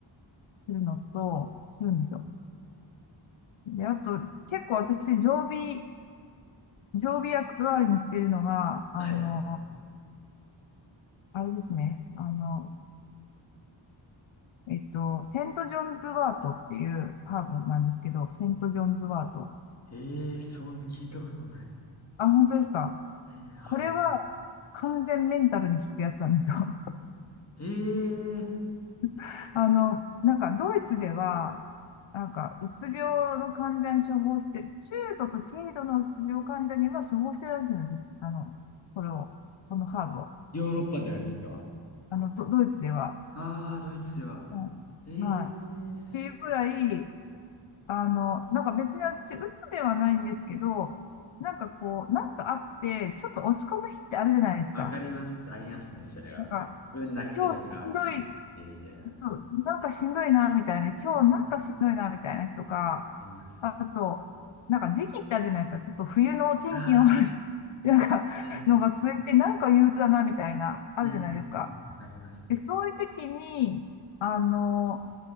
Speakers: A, on the left; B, on the left.
A: するのと、するんですよ。で、あと、結構私、常備、常備薬代わりにしてるのが、あの、
B: ーはい。
A: あれですね、あの、えっと、セント・ジョンズ・ワートっていうハーブなんですけど、セント・ジョンズ・ワート。
B: ええーそん、聞いたことない。
A: あ、本当ですか
B: ええはい。
A: これは完全メンタルに効くやつなんですよ。
B: ええー
A: <laughs> あの、なんかドイツでは、なんかうつ病の患者に処方して、中度と軽度のうつ病患者には処方してるらしいんです。あの、これを、このハーブを。
B: ヨーロッパではですか
A: あの、ド、ドイツでは。
B: ああー、ドイツでは。
A: う
B: えーえー、
A: んはい。っ
B: す
A: ていうくらい、あの、なんか別に私、うつではないんですけど、なんかこう、なんかあって、ちょっと落ち込む日ってあるじゃないですか。
B: わかります。ありますね、それは。
A: なんか、
B: 運なくてとか、
A: 今日しんどい
B: 地域なくてみたいな。
A: そう、なんかしんどいな、みたいな。今日なんかしんどいな、
B: うんうん。あ
A: みたいな日とか、
B: ります。
A: あと、なんか時期ってあるじゃないですか。ちょっと冬の天気の悪い、
B: ああ、あ
A: <laughs> なんか、
B: ります。
A: のが続いて、なんか憂鬱だな、みたいな、あるじゃないですか。
B: うんうんうん。あります。
A: で、そういう時に、あの、